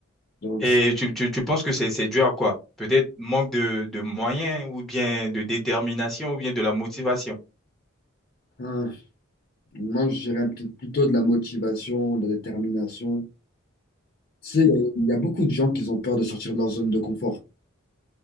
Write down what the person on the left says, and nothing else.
Donc,
c'est
un- moi, je dirais peut-être plutôt de la motivation, de la détermination. Tu sais, il y, a il y a beaucoup de gens qui ont peur de sortir de leur zone de confort.